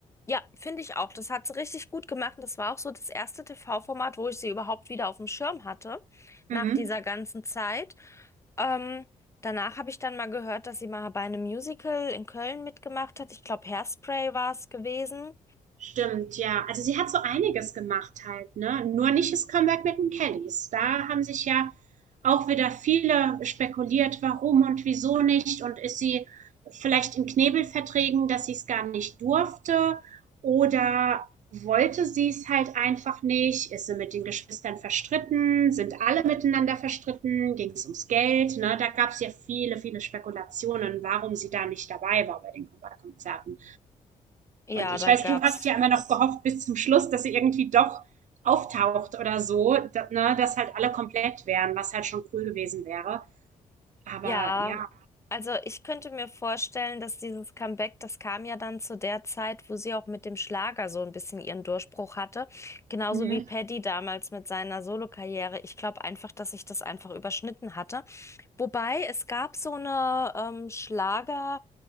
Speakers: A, on the left; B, on the right.
A: ja, finde ich auch. Das hat sie richtig gut gemacht. Und das war auch so das erste TV-Format, wo ich sie überhaupt wieder auf dem Schirm hatte,
B: Mhm.
A: nach dieser ganzen Zeit. Ähm, danach habe ich dann mal gehört, dass sie mal bei einem Musical in Köln mitgemacht hat. Ich glaube, Hairspray war es gewesen.
B: Stimmt, ja. Also sie hat so einiges gemacht halt, ne? Nur nicht das Comeback mit den Kellys. Da haben sich ja auch wieder viele spekuliert, warum und wieso nicht. Und ist sie vielleicht in Knebelverträgen, dass sie es gar nicht durfte? Oder wollte sie es halt einfach nicht? Ist sie mit den Geschwistern verstritten? Sind alle miteinander verstritten? Ging es ums Geld? Ne? Da gab es ja viele, viele Spekulationen, warum sie da nicht dabei war bei den Comeback-Konzerten.
A: Ja,
B: Und ich
A: da
B: weiß,
A: gab's.
B: du hast ja immer noch gehofft bis zum Schluss, dass sie irgendwie doch auftaucht oder so, dass, ne, dass halt alle komplett wären, was halt schon cool gewesen wäre. Aber
A: Ja,
B: ja.
A: also ich könnte mir vorstellen, dass dieses Comeback, das kam ja dann zu der Zeit, wo sie auch mit dem Schlager so ein bisschen ihren Durchbruch hatte. Genauso
B: Mhm.
A: wie Paddy damals mit seiner Solokarriere. Ich glaube einfach, dass sich das einfach überschnitten hatte. Wobei es gab so eine ähm, Schlager.